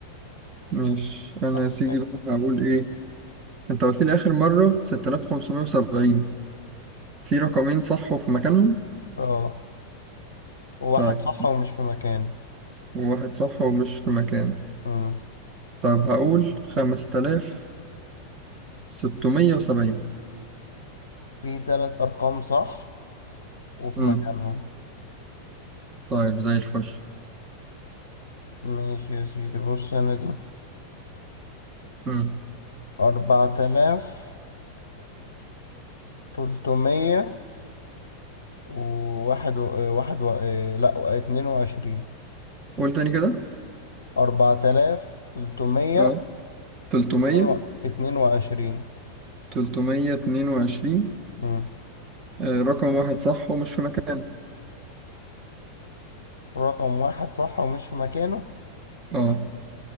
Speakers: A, on the right; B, on the left.
A: ماشي أنا
B: ماشي.
A: يا سيدي بقى هقول إيه أنت قلت لي آخر مرة ستة آلاف خمسمية وسبعين في رقمين صح وفي مكانهم
B: اه وواحد
A: طيب
B: صح ومش في مكانه
A: وواحد صح ومش في مكانه
B: مم.
A: طب هقول خمسة آلاف ستمية وسبعين
B: في تلات أرقام صح وفي
A: أمم،
B: مكانهم
A: طيب زي الفل
B: ماشي يا سيدي بص أنا دي
A: أمم،
B: أربعة آلاف تلتمية وواحد و... آه، واحد و... آه، لأ اتنين وعشرين
A: قول تاني كده
B: أربعة آلاف تلتمية
A: أه تلتمية
B: اتنين و... اتنين وعشرين
A: تلتمية اتنين وعشرين
B: مم.
A: آه، رقم واحد صح ومش في مكانه
B: رقم واحد صح ومش في مكانه
A: أه